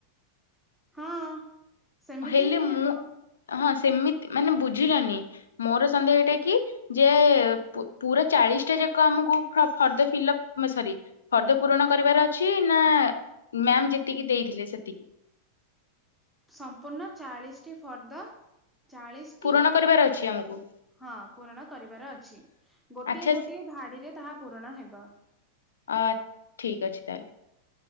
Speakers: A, in the centre; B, on the left.
A: ହଁ ସେମିତି
B: ହେଲେ
A: ହିଁ
B: ମୁଁ
A: ହେବ।
B: ହଁ ସେମିତି ମାନେ ବୁଝିଲନି। ମୋର ସନ୍ଦେହ ଏଇଟା କି ଯେ ପୁ ପୁରା ଚାଲିଶ୍ ଟା ଯା ଯାକ ଆମକୁ ଫ-ଫର୍ଦ୍ଦ ଫିଲପ୍ ସରି ଫର୍ଦ୍ଦ ପୂରଣ କରିବାର ଅଛି ନା ମ୍ୟାମ୍ ଯେତିକି ଦେଇଥିଲେ ସେତିକି।
A: ସମ୍ପୂର୍ଣ୍ଣ ଚାଳିଶ୍ ଟି ଫର୍ଦ୍ଦ। ଚାଳିଶ୍ ଟି।
B: ପୂରଣ କରିବାର ଅଛି ଆମକୁ
A: ହଁ ପୂରଣ କରିବାର ଅଛି। ଗୋଟିଏ
B: ଆଚ୍ଛା
A: ଗୋଟିଏ
B: ସ-
A: ଧାଡିରେ ତାହା ପୂରଣ ହେବ।
B: ଆ ଠିକ୍ ଅଛି ତାହେଲେ।